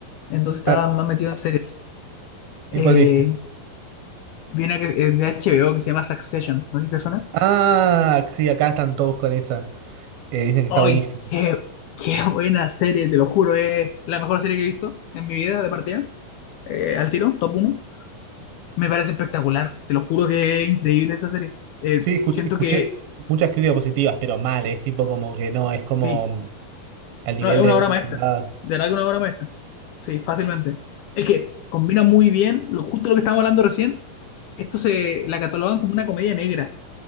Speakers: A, on the left; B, on the right.
A: Entonces estaba
B: Ah,
A: más metido en series. Eh,
B: ¿y cuál viste?
A: vi una que es de HBO que se llama Succession. ¿No sé si te suena?
B: Ah, sí, acá están todos con esa. Eh, dicen que está
A: ¡Ay,
B: buenísima.
A: qué, qué buena serie! Te lo juro, es la mejor serie que he visto en mi vida de partida. Eh, al tiro, top uno Me parece espectacular. Te lo juro que es increíble esa serie. Eh,
B: Sí, escuché,
A: siento
B: escuché
A: que
B: muchas críticas positivas, pero mal, es tipo como que no, es como
A: sí,
B: al nivel
A: No, es
B: de
A: una obra
B: Breaking
A: maestra.
B: Bad.
A: De verdad que una obra maestra. Sí, fácilmente. Es que combina muy bien, lo, justo lo que estábamos hablando recién, esto se la catalogan como una comedia negra.